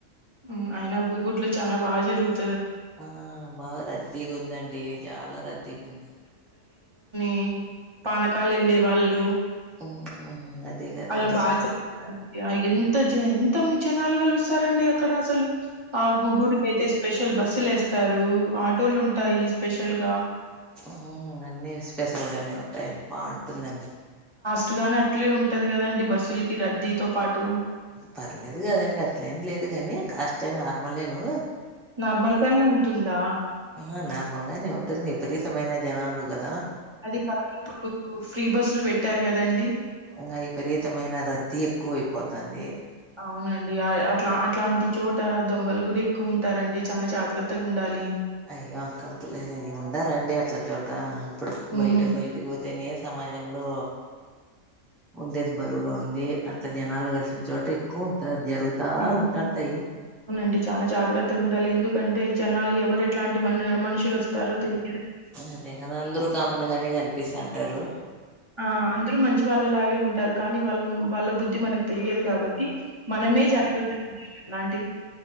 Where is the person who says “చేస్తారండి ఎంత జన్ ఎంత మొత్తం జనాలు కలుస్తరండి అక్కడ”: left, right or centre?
Right